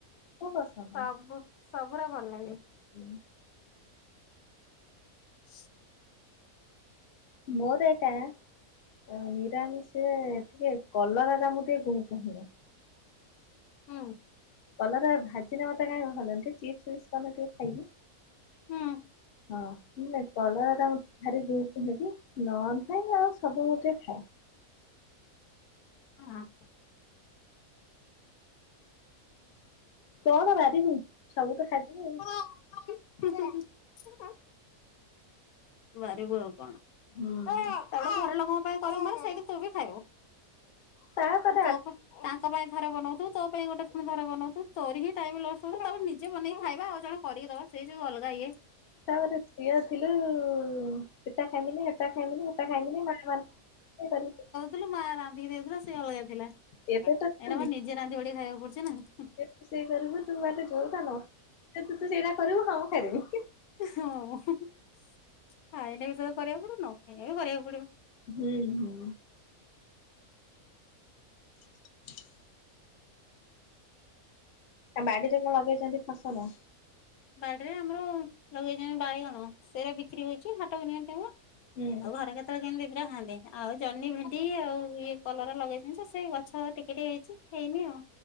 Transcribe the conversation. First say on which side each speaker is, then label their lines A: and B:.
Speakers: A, on the left; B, on the left.
A: କୁ ପସନ୍ଦ
B: ସବୁ ସବୁୁରା ଭଲ ଲାଗେ।
A: ହୁଁ।
B: <unintelligible>
A: ମୋର ଏକା ଆ ନିରାମି ସେ ଟିକେ କଲରା ଟା ମୁଁ ଟିକେ <unintelligible>
B: ହୁଁ।
A: କଲରା ଭାଜିନେ ମତେ କାଇଁ <unintelligible> ସେ ଚିପ୍ସିଫିପ୍ସ କଲେ ଟିଏ ଖାଇବି।
B: ହୁଁ
A: ହଁ <unintelligible> କଲରା ଟା ଭାରି କୁହେ କି? ନଅନ୍ <unintelligible> ସବୁ ଗୋଟେ ଖାଏ।
B: ହଁ।
A: କଣ ବାରିବୁ ସବୁ ତ ଖାଇଦବୁ ଆଉ।
B: <unintelligible> ବାରିବୁ ଆଉ କଣ
A: ହୁଁ
B: ତାପରେ ଘର ଲୋକଙ୍କ ପାଇଁ କରିବୁ ମାନେ ସେଇଠି ତୁ ବି ଖାଇବୁ।
A: ତାପରେ
B: ଆଉ ତୋ
A: ଆ
B: ପାଈଁ ତାଙ୍କ ପାଇଁ ଥରେ ବନଉଥିବୁ ତୋ ପାଇଁ ଗୋଟେ ଫୁଣି ଥରେ ବନଉଥିବୁ ତୋର ବି ଟାଇମ୍ ଲସ ହବ ତାପରେ ନିଜେ ବନେଇକି ଖାଇବା ଆଉ ଜଣ କରିକି ଦେବା ସେଇ ଯୋଉ ଅଲଗା ଇଏ
A: ତାପରେ ଝିଅ ଥିଲୁ ସେଟା ଖାଇମିନି ଏଟ ଏଟା ଖାଇମିନି ସେଟା ଖାଇମିନି ବାପା ମା
B: ଥିଲୁ ମା ରାନ୍ଧିକି ଦେଉଥିଲା ସେ ଅଲଗା ଥିଲା
A: ଏବେ
B: ଏଇନା
A: ତ
B: ମୋ ନିଜେ ରାନ୍ଧି ବାଢିକି ଖାଇବାକୁ ପଡୁଛି ନା।
A: ରୋଷେଇ କରିବୁ ତୁ ମାନେ ଯୋଉଟା ନ <inaudible> ତୁ ତ ସେଇଟା କରିବୁ କଣ କରିବୁ।
B: ହଁ ଖାଇଲେ ବି ସେଇୟାକୁ କରିବାକୁ ପଡିବ ନ ଖାଇଲେ ବି କରିବାକୁ ପଡିବ।
A: ହୁଁ ହୁଁ। କେଵଳ ଶବ୍ଦ ବାଡିରେ କଣ ଲଗେଇଛନ୍ତି ଫସଲ?
B: ବାଡିରେ ଆମର ଲଗେଇଛନ୍ତି ବାଇଗଣ ସେଇରା ବିକ୍ରି ହଉଛି ହାଟକୁ ନିଅନ୍ତି ଆମର।
A: ହୁଁ
B: ଆଉ ଘରେ କେତେବେଳେ କେମିତି ରହନ୍ତି ଆଉ ଜହ୍ନି ଭେଣ୍ଡି ଆଉ ଇଏ କଲରା ଲଗେଇଛନ୍ତି ସେ ଗଛ ଟିକେ ଟିକେ ହେଇଛି ହେଇନି ଆଉ।